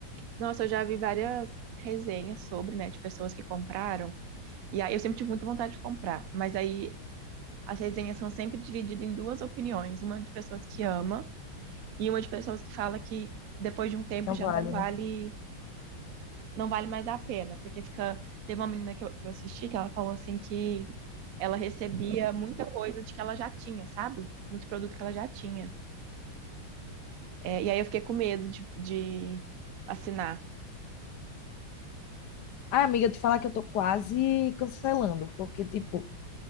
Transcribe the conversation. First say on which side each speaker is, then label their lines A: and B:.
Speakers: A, on the right; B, on the left.
A: Nossa, eu já vi várias resenhas sobre, né, de pessoas que compraram. E aí eu sempre tive muita vontade de comprar, mas aí as resenhas são sempre divididas em duas opiniões, uma de pessoas que ama e uma de pessoas que fala que depois de um tempo
B: Não
A: já
B: vale,
A: não vale,
B: né?
A: não vale mais a pena, porque fica, teve uma menina que eu, que eu assisti que ela falou assim que ela recebia muita coisa de que ela já tinha, sabe? Muito produto que ela já tinha. É, e aí eu fiquei com medo de, de assinar.
B: Ah, amiga, te falar que eu tô quase cancelando, porque, tipo,